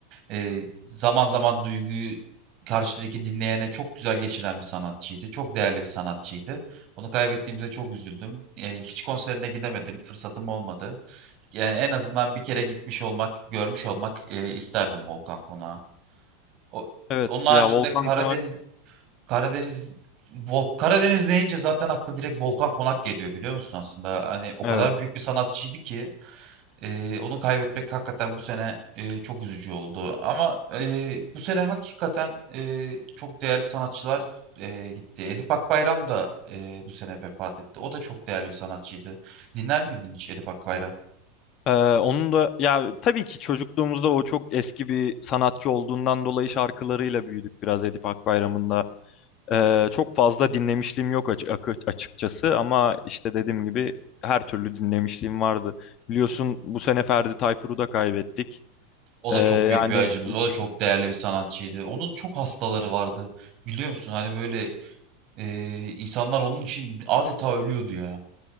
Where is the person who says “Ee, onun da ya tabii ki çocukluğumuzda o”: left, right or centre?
Left